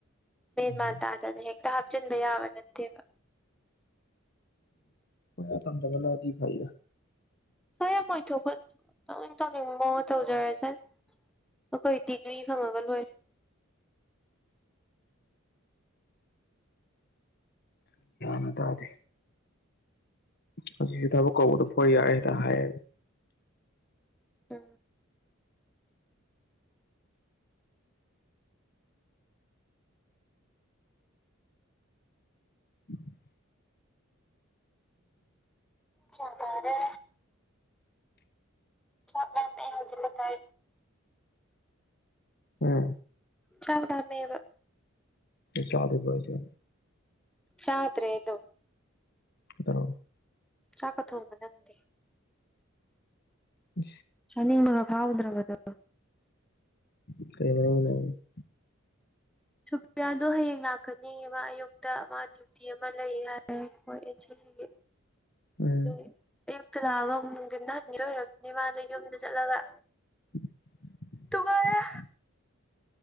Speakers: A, in the centre; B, on the left.
A: ꯃꯦꯟꯃꯥꯔ
B: ꯎꯝ
A: ꯇꯥꯗꯅ ꯍꯦꯛꯇ ꯍꯥꯞꯆꯤꯟꯕ ꯌꯥꯕ ꯅꯠꯇꯦꯕ
B: ꯎꯝ ꯊꯝꯗꯕꯅꯗꯤ ꯐꯥꯏ
A: ꯍꯣꯏꯔ ꯃꯣꯏꯊꯄ ꯇꯧꯅꯤꯡꯕ ꯇꯧꯖꯔꯁꯦ ꯑꯩꯈꯣꯏ ꯗꯤꯒ꯭ꯔꯤ ꯐꯪꯉꯒ ꯂꯣꯏꯔꯦ
B: ꯅ ꯇꯗꯦ ꯍꯧꯛꯁꯨ ꯊꯕꯛ ꯀꯧꯕꯗ ꯐ ꯌꯥꯔꯦ ꯍꯦꯗ ꯍꯥꯏꯌꯦ
A: ꯎꯝ
B: ꯎꯝ
A: ꯇꯔꯦ <unintelligible>
B: ꯎꯝ
A: ꯆꯥꯎꯗꯥꯝꯕ
B: ꯆꯗ ꯐꯣꯏꯁꯦ
A: ꯁꯥꯇ꯭ꯔꯦ ꯑꯗꯨ
B: <unintelligible>
A: ꯆꯥꯛꯀ ꯊꯣꯡꯕ ꯅꯪꯗꯦ
B: ꯎ
A: ꯁꯅꯤ ꯔꯒꯥ ꯐꯥꯎꯗ꯭ꯔꯕ ꯑꯗꯨ
B: <unintelligible>
A: ꯁꯨꯄꯌꯥꯗꯣ ꯍꯌꯦꯡ ꯂꯥꯛꯀꯅꯤꯕ ꯑꯌꯨꯛꯇ ꯋꯥꯗꯤ ꯇꯤ ꯑꯃ ꯂꯩ ꯍꯥꯏ ꯁꯤꯁꯤꯒꯤ
B: ꯎꯝ
A: ꯑꯗꯨꯒꯤ ꯑꯌꯨꯛꯇ ꯂꯥꯛꯑꯒ ꯑꯃꯨꯛ ꯅꯨꯡꯊꯤꯟ ꯅꯍꯟꯒꯤ ꯑꯣꯏꯔꯕꯅꯤ ꯃꯥꯗ ꯌꯨꯝꯗ ꯆꯠꯂꯒ
B: <inaudible>
A: ꯅꯨꯡꯉꯥꯏꯔꯦ